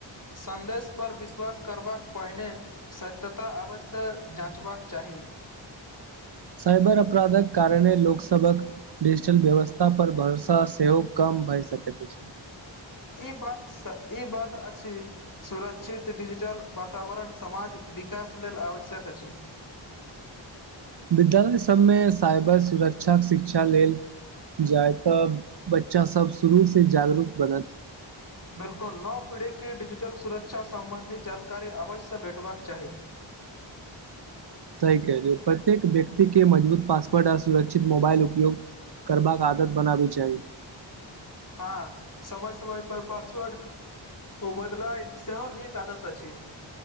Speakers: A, on the left; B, on the right.
A: सन्देश पर विश्वास करबाक पहिने सत्यता अवश्य जाँचबाक चाही
B: साइबर अपराधक कारणे लोकसभक डिजिटल व्यवस्था पर भरोसा सेहो कम भए सकैत अछि
A: ई बात स ई बात अछि सुरक्षित डिजिटल वातावरण समाज विकास लेल आवश्यक अछि
B: विद्यालय सभमे साइबर सुरक्षाक शिक्षा लेल जाय तऽ बच्चा सब शुरू से जागरूक बनत
A: बिल्कुल नव पीढ़ीके डिजिटल सुरक्षा सम्बन्धी जानकारी अवश्य भेटबाक चाही
B: सही कहलियै प्रत्येक व्यक्ति के मजबूत पासवर्ड आ सुरक्षित मोबाइल उपयोग करबाक आदत बनाबै चाही
A: हँ समय समय पर पासवर्ड ओ बदलाइ सेहो नीक आदत अछि